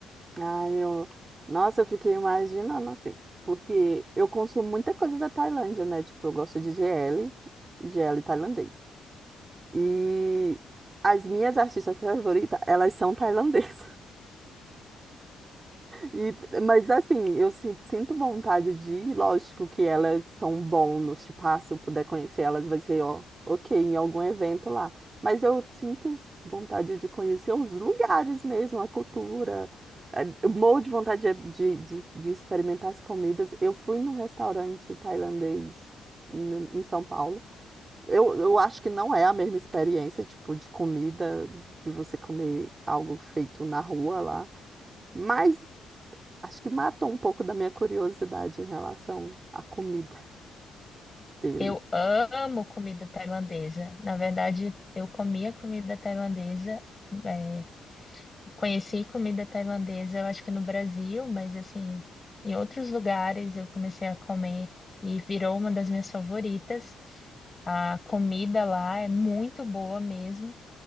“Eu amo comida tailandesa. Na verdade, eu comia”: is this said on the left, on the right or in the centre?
Left